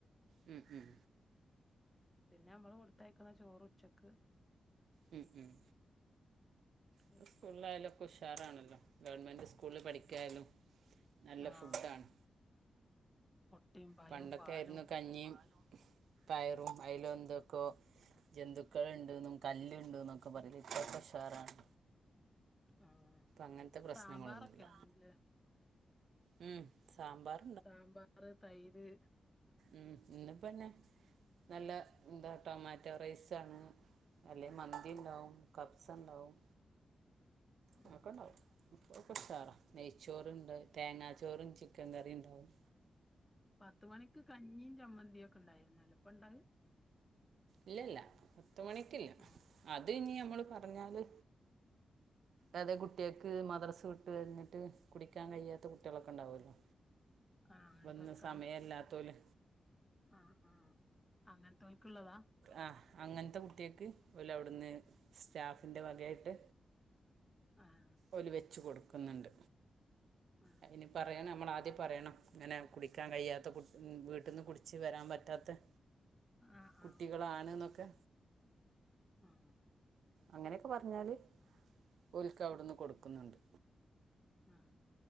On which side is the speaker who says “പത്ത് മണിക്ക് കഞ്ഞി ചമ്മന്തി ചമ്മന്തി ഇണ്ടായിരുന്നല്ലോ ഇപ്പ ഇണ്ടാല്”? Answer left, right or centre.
Left